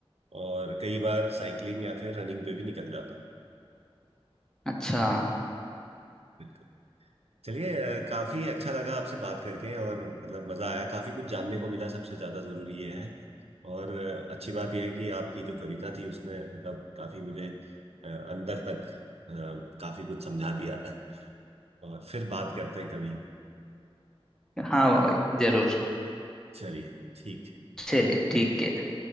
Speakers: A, on the right (about 85°); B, in the centre.
A: और कई बार साइकिलिंग या फिर रनिंग पे भी निकल जाता हूँ
B: अच्छा
A: बिल्कुल चलिए अ, काफी अच्छा लगा आपसे बात करके और मतलब मजा आया काफी कुछ जानने को मिला सबसे ज्यादा जरूरी ये है और अ, अच्छी बात यह है कि आपकी जो कविता थी उसने मतलब काफी मुझे अ, अंदर तक अ, काफी कुछ समझा दिया और फिर बात करते हैं कभी
B: हाँ वो- जरूर
A: चलिए ठीक है
B: चलिए ठीक है